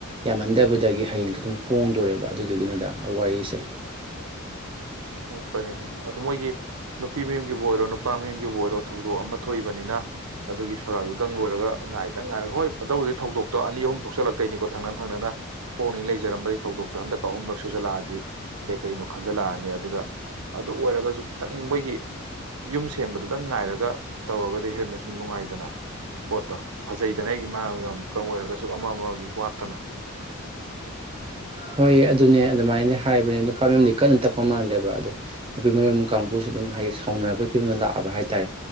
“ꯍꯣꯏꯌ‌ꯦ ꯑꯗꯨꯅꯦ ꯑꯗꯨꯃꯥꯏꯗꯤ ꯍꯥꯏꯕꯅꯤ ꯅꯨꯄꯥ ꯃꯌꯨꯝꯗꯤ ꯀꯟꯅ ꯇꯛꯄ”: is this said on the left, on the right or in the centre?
Right